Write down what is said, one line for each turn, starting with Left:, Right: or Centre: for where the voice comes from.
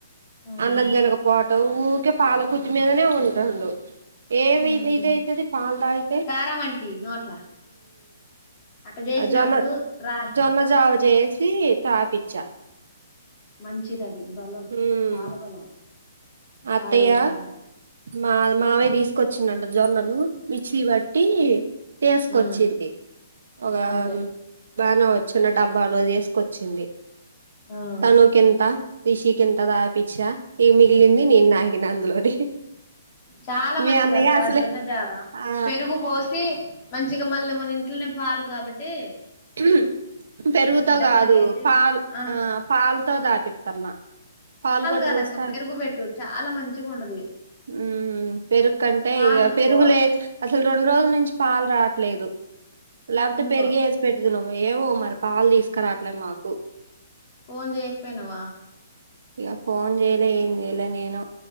Left: ఉమ్
Right: అందుకుగనుక పోట్ ఊకే పాల కుతి మీదనే ఉంటాండు ఏవి
Left: ఉమ్
Right: నిదయితది పాల్ దాగితే
Left: కారం అంటి నోట్ల అట్ట చేసినప్పుడు
Right: జొన్న
Left: రాయ్
Right: జొన్న జావ చేసి తాపిచ్ఛ
Left: మంచిదది బలం
Right: ఉమ్
Left: చాలా బలం
Right: అత్తయ్య
Left: వాడు ఉమ్
Right: మా మావయ్య తీసుకొచ్చిండంట జొన్నలు మిక్సిబట్టి తేసుకొచ్చింది
Left: ఉమ్
Right: ఒగ
Left: అంతే
Right: బాగానే ఓ చ్చిన డబ్బాలో తీసుకొచ్చింది
Left: ఉమ్
Right: తనుకెంత రషి కి ఇంత తాగిపిచ్చా ఏమి మిగిళ్లింది నేను నాకిిన అందులోది
Left: చాలా
Right: మీ
Left: మంచిది
Right: అన్నయ్య
Left: అక్క
Right: అసలే
Left: జొన్న జావ
Right: ఆ
Left: పెరుగు పోసి మంచిగా మళ్ళీ మన ఇంట్లోనే పాలు కాబట్ తే
Right: ఉహు పెరుగుతో కాదు
Left: పెరిగేసి
Right: పాలు
Left: ఆ
Right: పాలతో తాపిస్తన్నా పాలు కూడా
Left: కాదక్క
Right: పోస్తా
Left: పెరుగు పెట్టు చాలా మంచిగా ఉంటది
Right: హు పెరుగుకుంటే
Left: పాలనుకో
Right: ఇక పెరుగులే అసలు రెండు రోజుల్ నుంచి పాలు రావట్లేదు లాకపోతే
Left: ఎందుకో
Right: పెరిగేస్ దిన్నము ఏమో మరి పాలు తీసుకురాట్లే మాకు
Left: ఫోన్ చేయకపోయినవా
Right: ఇక ఫోన్ చేయలే ఏం చేయలే నేను